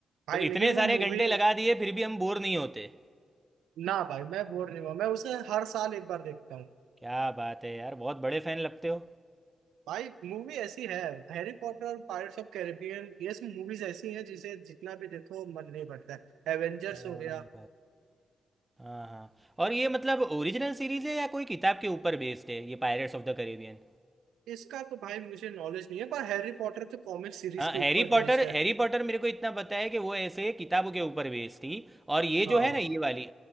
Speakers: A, on the right (about 80°); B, on the right (about 15°).
A: भाई
B: तो इतने
A: लेकिन
B: सारे
A: वो मूवी
B: घंटे लगा दिए फिर भी हम बोर नहीं होते
A: ना भाई मैं बोर नहीं हुआ मैं उसे हर साल एक बार देखता हूँ
B: क्या बात है यार बहुत बड़े फैन लगते हो
A: भाई मूवी ऐसी है हैरी पॉटर और पायरेट्स ऑफ कैरेबियन ये सब मूवीज ऐसी हैं जिसे जितना भी देखो मन नहीं भरता है एवेंजर्स
B: हाँ
A: हो गया
B: भाई हाँ हाँ और ये मतलब ओरिजिनल सीरीज है या कोई किताब के ऊपर बेस्ड है ये पायरेट्स ऑफ द कैरिबियन
A: इसका तो भाई मुझे नॉलेज नहीं है पर हैरी पॉटर तो कॉमिक सीरीज
B: हाँ
A: के
B: हैरी
A: ऊपर
B: पॉटर
A: बेस्ड है
B: हैरी पॉटर मेरे को इतना पता है कि वो ऐसे किताबों के ऊपर बेस्ड थी और ये जो
A: हाँ
B: है ना ये वाली